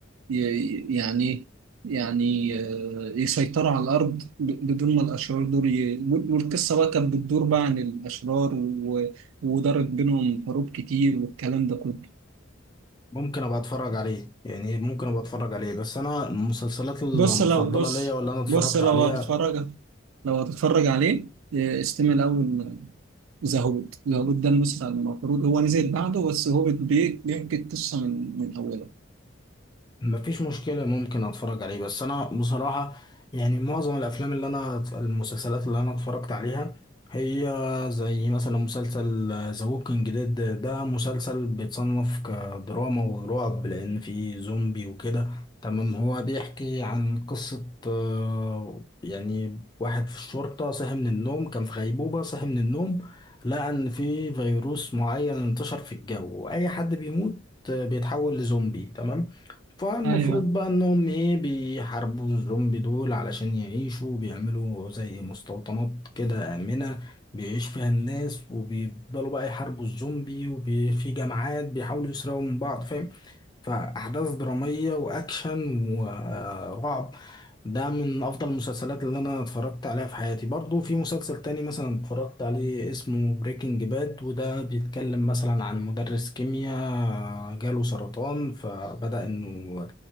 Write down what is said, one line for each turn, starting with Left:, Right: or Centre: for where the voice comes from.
Right: ي- يعني يعني آه، يسيطروا على الأرض ب- بدون ما الأشرار دول ي... وال- والقصة بقى كانت بتدور بقى عن الأشرار و... ودارت بينهم حروب كتير والكلام ده كله
Left: ممكن ابقى اتفرج عليه يعني ممكن ابقى اتفرج عليه بس انا المسلسلات المفضلة
Right: بص لو بص
Left: ليا واللي انا اتفرجت
Right: بص لو
Left: عليها
Right: هتتفرج لو هتتفرج عليه إيه، استمع الأول ذا هوبت ذا هوبت ده المسلسل المفروض هو نزل بعده بس هوبت بي- بيحكي القصة من من أولها
Left: مفيش مشكلة ممكن اتفرج عليه بس انا بصراحة يعني معظم الافلام اللي انا المسلسلات اللي انا اتفرجت عليها هي زي مثلا مسلسل ذا ووكينج ديد ده مسلسل بيتصنف كدراما ورعب لان فيه زومبي وكده تمام هو بيحكي عن قصة آه، يعني واحد في الشرطة صحي من النوم كان في غيبوبة صحي من النوم لقى ان في فيروس معين انتشر في الجو واي حد بيموت آه، بيتحول لزومبي تمام فالمفروض
Right: ايوه
Left: بقى انهم ايه بيحاربوا الزومبي دول علشان يعيشوا بيعملوا زي مستوطنات كده آمنة بيعيش فيها الناس وبيفضلوا بقى يحاربوا الزومبي وفي جماعات بيحاولوا يسرقوا من بعض فاهم فأحداث درامية وأكشن ورعب ده من أفضل المسلسلات اللي أنا اتفرجت عليها في حياتي برضو في مسلسل تاني مثلا اتفرجت عليه اسمه بريكنج باد وده بيتكلم مثلا عن مدرس كيمياء جاله سرطان فبدأ إنه